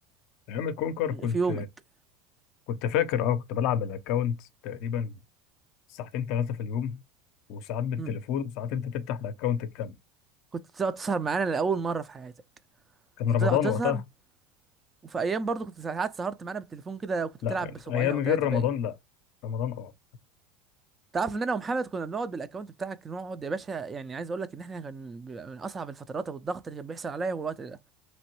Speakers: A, on the left; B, on the right.
A: ايام الكونكر كنت
B: في يومك
A: كنت فاكر اه كنت بلعب الاكونت تقريبا ساعتين ثلاثه في اليوم وساعات بالتليفون
B: مم.
A: وساعات انت تفتح الاكونت الكامل
B: كنت تقعد تسهر معانا لاول مرة في حياتك
A: كان رمضان
B: كنت تقعد تسهر
A: وقتها
B: وفي ايام برضو كنت ساعات سهرت معانا بالتليفون كده وكنت
A: لا
B: بتلعب بصباعين
A: ايام
B: او ثلاثة
A: غير رمضان
B: باين
A: لا رمضان اه
B: تعرف ان انا ومحمد كنا بنقعد بالاكونت بتاعك نقعد يا باشا يعني عايز اقول لك ان احنا كان بيبقى من اصعب الفترات والضغط اللي كان بيحصل عليا هو الوقت ده